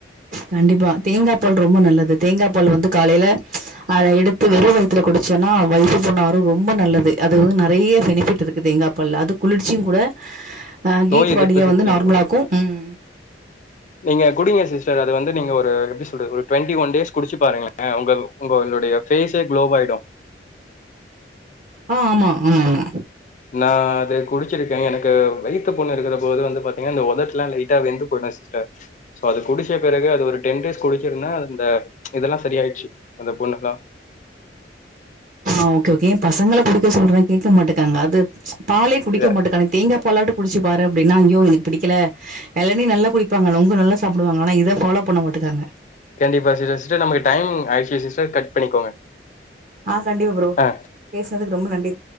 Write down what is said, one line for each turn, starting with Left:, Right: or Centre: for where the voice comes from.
Right: கண்டிப்பா தேங்கா பால் ரொம்ப நல்லது தேங்கா பால் வந்து காலைல அத எடுத்து வெறு வயித்துல குடிச்சோன்னா வயித்து புண்ணு ஆறு ரொம்ப நல்லது அது வந்து நெறய பெனிஃபிட் இருக்குது எங்க அப் பல் அது குளிர்ச்சியு கூட அ
Left: நோய்
Right: கீட்
Left: எதிர்ப்பு
Right: பாடியா
Left: சக்தி
Right: வந்து நார்மலாக்கு
Left: இருக்கு
Right: ம்
Left: நீங்க குடிங்க சிஸ்டர் அது வந்து நீங்க ஒரு எப்டி சொல்றது ஒரு டுவெண்டி ஒன் டேஸ் குடிச்சு பாருங்களே உங்க உங்களுடைய ஃபேஸே குளோவ் ஆயிடு
Right: ஆ ஆமா ம்ம்
Left: நா அது குடிச்சிருக்கே எனக்கு வய்த்து புண்ணு இருக்கிற போது வந்து பாத்தீங்கன்னா இந்த உதட்லா லைட்டா வெந்து போயிடு ஸ் சோ அது குடிச்ச பிறகு அது ஒரு டென் டேஸ் குடிச்சிருந்தே அந்த இதெல்லாம சரி ஆயிடுச்சு அந்த புண்ணுலா
Right: ஆ ஓகே ஓகே எ பசங்கள குடிக்க சொல்றே கேட்க மாட்டுக்காங்க அது பாலே குடிக்க
Left: இத
Right: மாட்டுக்கானங் தேங்கா பாலாட்டு குடிச்சி பாரு அப்டின்னா ஐயோ எனக் பிடிக்கல எழனி நல்லா குடிப்பாங்க நொங்கு நல்லா சாப்பிடுவாங்க ஆனா இத ஃபாலோ பண்ண மாட்டுகாங்க
Left: கண்டிப்பா சிஸ்டர் சிஸ்டர் நமக்கு டைம் ஆயிடுச்சு சிஸ்டர் கட் பண்ணிக்கோங்க
Right: ஆ கண்டிப்பா ப்ரோ
Left: ஆ.
Right: பேசுனதுக்கு ரொம்ப நன்றி